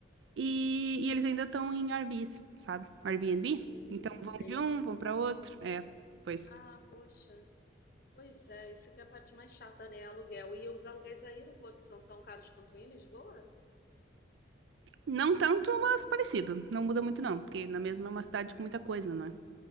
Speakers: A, on the right; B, on the left.
A: E, e eles ainda estão em Airbnbs, sabe? Airbnb.
B: Hum,
A: Então vão
B: sei.
A: de um, vão pra outro. É, pois.
B: Ah, poxa. Pois é, isso que é a parte mais chata, né? Aluguel. E os aluguéis aí no Porto são tão caros quanto em Lisboa?
A: Não tanto, mas parecido. Não muda muito, não, porque na mesma é uma cidade com muita coisa, não é?